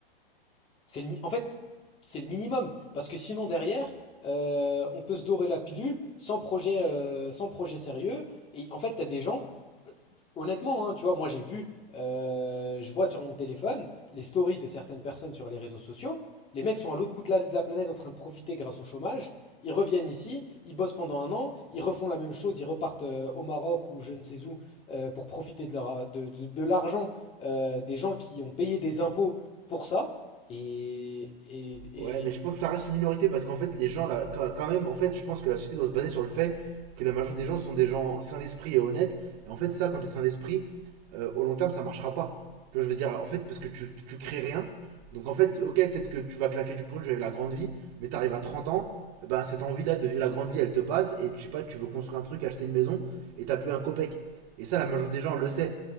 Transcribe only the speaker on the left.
C'est le, mi- en fait, c'est le minimum. Parce que sinon, derrière, euh, on peut se dorer la pilule sans projet, euh, sans projet sérieux. Et en fait, tu as des gens, euh, honnêtement, hein, tu vois, moi j'ai vu, euh, je vois sur mon téléphone les stories de certaines personnes sur les réseaux sociaux. Les mecs sont à l'autre bout de la, de la planète en train de profiter grâce au chômage. Ils reviennent ici, ils bossent pendant un an, ils refont la même chose, ils repartent euh, au Maroc ou je ne sais où euh, pour profiter de, leur- de- de- de l'argent euh, des gens qui ont payé des impôts pour ça. Et et et